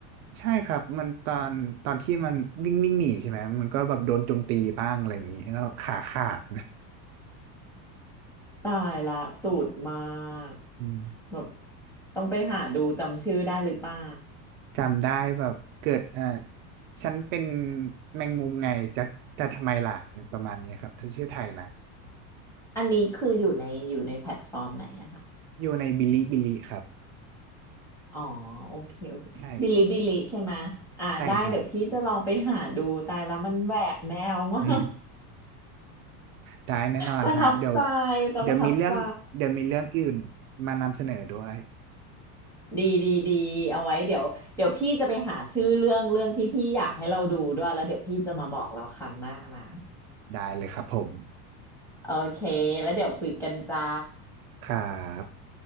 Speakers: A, on the right; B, in the centre.
A: ใช่ครับมันตอนตอนที่มันวิ่งวิ่งหนีใช่ไหมมันก็แบบโดนโจมตีบ้างอะไรอย่างนี้แล้วขาขาด
B: ตายละสูตรมาก
A: <laughs> อืม
B: แบบต้องไปหาดูจำชื่อได้หรือเปล่า
A: จำได้แบบเกิดเอ่อฉันเป็นแมงมุมไงจะจะทำไมล่ะประมาณนี้ครับถ้าชื่อไทยนะ
B: อันนี้คืออยู่ในอยู่ในแพลตฟอร์มไหนอะคะ
A: อยู่ในบิลิบิลิครับ
B: อ๋อโอเคโอเคบิลิบิลิใช่ไหมะอ่าได้เดี๋ยวพี่จะลองไปหาดูตายละมันแหวกแนวมาก
A: ใช่ใช่ฮะอืมได้แน่นอนฮะเดี๋ยว
B: ประทับใจแต่ประทับใจ
A: เดี๋ยวมีเรื่องเดี๋ยวมีเรื่องอื่นมานำเสนอด้วย
B: ดีดีดีเอาไว้เดี๋ยวเดี๋ยวพี่จะไปหาชื่อเรื่องเรื่องที่พี่อยากให้เราดูด้วยแล้วเดี๋ยวพี่จะมาบอกเราครั้งหน้านะ
A: ได้เลยครับผม
B: โอเค แล้วเดี๋ยวคุยกันจ้า
A: ครับ